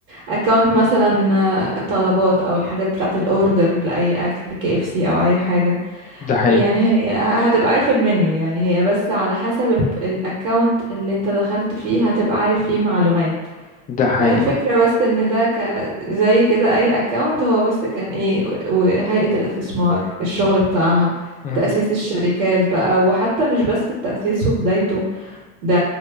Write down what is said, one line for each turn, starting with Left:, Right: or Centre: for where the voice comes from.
Right: اكونت مثلا آه، طلبات او الحاجات بتاعة الاوردر لاي اكل كي اف سي او اي حاجة
Left: ده حقيقي
Right: يعني هي هتبقى عارف المنيو يعني هي بس على حسب الاكونت اللي انت دخلت فيه هتبقى عارف فيه معلومات
Left: ده حقيقي
Right: فهي الفكرة بس ان ده ك زي كده اي اكونت هو بس كان ايه و- وهيئة الاستثمار الشغل بتاعها
Left: مم.
Right: تأسيس الشركات بقى وحتى مش بس التأسيس وبدايته ده